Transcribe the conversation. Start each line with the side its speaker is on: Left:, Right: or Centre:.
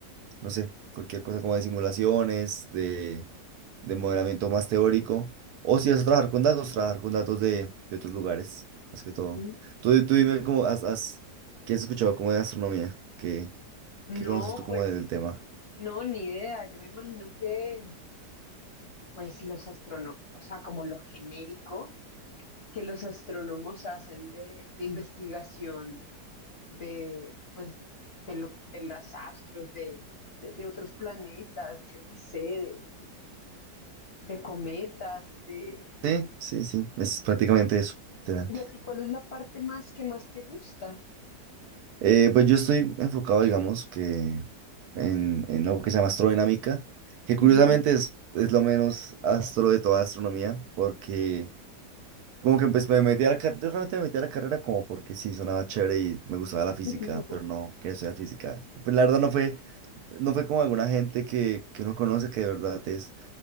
Right: no sé, cualquier cosa como de simulaciones, de, de modelamiento más teórico. O si vas a trabajar con datos, trabajar con datos de, de otros lugares, más que todo.
Left: mm.
Right: Tú, tú dime cómo has, has- qué has escuchado como de astronomía, qué,
Left: No,
Right: qué conoces tú como
Left: pues,
Right: de- del tema.
Left: no, ni idea. Yo me imagino que, pues, los astrónomos, o sea, como lo genérico que los astrónomos hacen de, de investigación de, pues, de, lo, de los astros, de, de, de otros planetas, yo qué sé, de, de cometas, de...
Right: Sí, sí, sí, es prácticamente eso. literal.
Left: ¿Y a ti cuál es la parte más que más te gusta?
Right: Eh, pues yo estoy enfocado, digamos, que en, en algo que se llama astrodinámica, que curiosamente
Left: Ujú.
Right: es, es lo menos astro de toda astronomía, porque Como que pues me metí a la carrera, yo realmente me metí a la carrera como porque sí, sonaba chévere y me gustaba la física,
Left: <laughs>
Right: pero no quería estudiar física. Pues la verdad no fue, no fue como alguna gente que, que uno conoce que de verdad es,